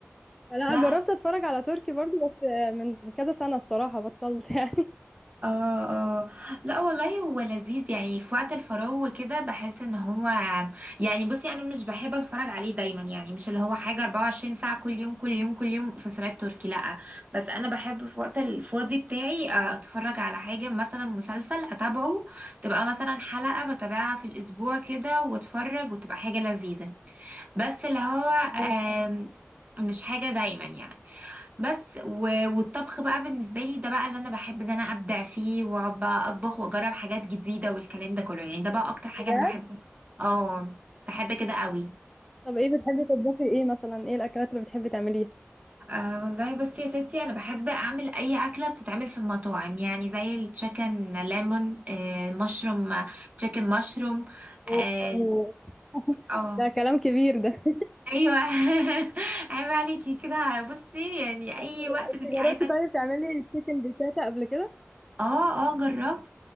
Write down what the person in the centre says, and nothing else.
فلا
جربت أتفرج على تركي برضو بس من من كذا سنة الصراحة بطلت يعني
<laughs>
بجد
طب ايه بتحبي تطبخي ايه مثلا ايه الأكلات اللي بتحبي تعمليها
و-
<laughs>
ده كلام كبير ده <laughs>
إيه،
انت
جربتي
طيب تعملي تشيكن بيكاتا قبل كده